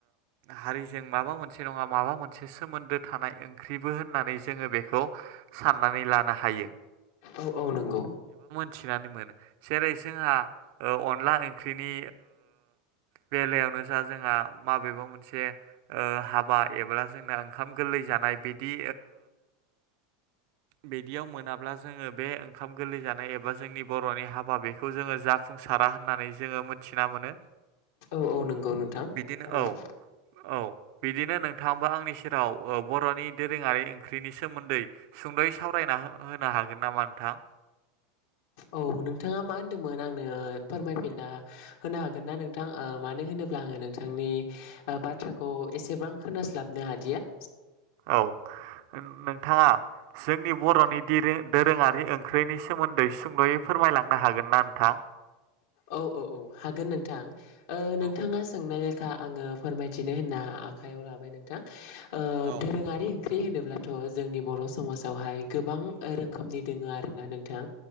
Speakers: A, on the right; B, on the left.
A: हारिजों माबा मोनसे। मोनसे नङा माबा मोनसे सोमोन्दो थानाय ओंख्रिबो होननानै जोङो बेखौ साननानै लानो। हायो।
B: औ औ नंगौ।
A: थिनानै मोनो जेरै जोंहा अनला ओंख्रिनि बेलायावनो जा जोंहा माबेबा मोनसे हाबा एबा जोंना ओंखाम गोरलै जायो जानाय बिदि। बिदियाव मोनाब्ला जोङो बे ओंखाम गोरलै जानाय एबा जोंनि बर'नि हाबा बेखौ जोङो जाफुंसार होननानै जोङो मोनथिना मोनो
B: औ औ नंगौ नोंथां
A: बिदिनो
B: थारैनो
A: औ औ बिदिनो नोंथाङाबो आंनि सेराव बर'नि दोरोङारि ओंख्रिनि सोमोन्दै सुंद' सावराय फरायना होनो हागोन नामा नोंथां
B: औ नोंथाङा मा होन्दोंमोन आंनो फोरमायफिनना होनो हागोन ना नोंथां मानो होनो। अब्ला आङो नोंथांनि बाथ्राखौ एसेबां खोनास्लाबनो हादिया
A: औ नोंथाङा। जोंनि बर'नि दोरोङारि ओंख्रिनि सोमोन्दै सुंद'यै फोरमायलांनो हागोन ना नोंथां
B: औ औ औ हागोन नोंथां
A: औ
B: नोंथाङा सोंनाय लेखा आङो फोरमाय बिदिनो होनना आखाइयाव लाबाय नोंथां ओ
A: औ
B: दोरोङारि ओंख्रि होनोब्लाथ' जोंनि बर' समाजावहाय गोबां रोखोमनि दोङो आरोना नोंथां